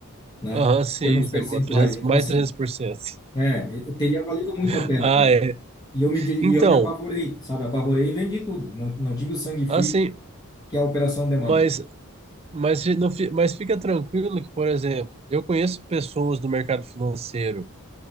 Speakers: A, on the left (about 20°); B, on the right (about 30°).
A: né?
B: Aham, sim.
A: Em termos
B: isso
A: percentuais.
B: é uma 300,
A: Então,
B: mais
A: assim,
B: 300%.
A: é, eu- teria valido muito
B: <laughs>
A: a pena,
B: Ah,
A: cara.
B: é.
A: E eu me, di-
B: Então,
A: e eu me apavorei, sabe? Apavorei e vendi tudo. Não, não tive o sangue frio,
B: assim,
A: que é a operação demanda.
B: Mas, mas, fi- não, fi- mas fica tranquilo que, por exemplo, eu conheço pessoas do mercado financeiro